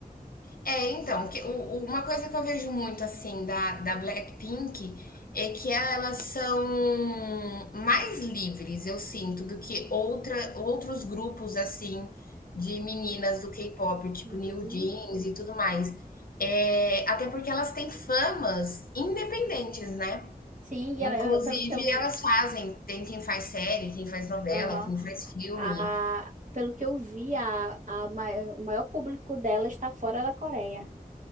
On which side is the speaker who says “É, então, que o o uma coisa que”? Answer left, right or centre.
Left